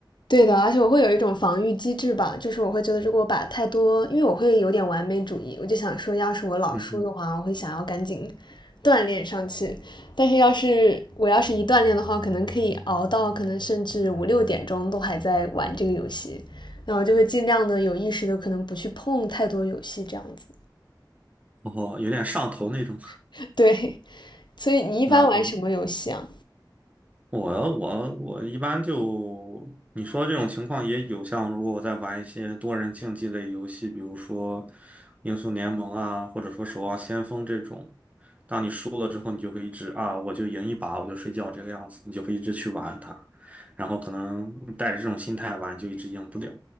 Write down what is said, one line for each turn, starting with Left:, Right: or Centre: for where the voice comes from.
Left: 对的，而且我会有一种防御机制吧，就是我会觉得如果把太多，因为我会有点完美主义，我就想说，要是我老输的话，
Right: 嗯哼，
Left: 我会想要赶紧锻炼上去。但是要是我要是一锻炼的话，可能可以熬到可能甚至五六点钟都还在玩这个游戏，那我就会尽量的有意识的可能不去碰太多游戏这样子。
Right: 哦，有点上头那种。<laughs>
Left: <laughs> 对，所以你一般玩什么游戏啊？
Right: 那好，我我我一般就你说这种情况也有像，如果我在玩一些多人竞技类游戏，比如说《英雄联盟》啊，或者说《守望先锋》这种，输了之后，你就会一直啊，我就赢一把，我就睡觉这个样子，你就会一直去玩它，然后可能带着这种心态玩，就一直赢不了。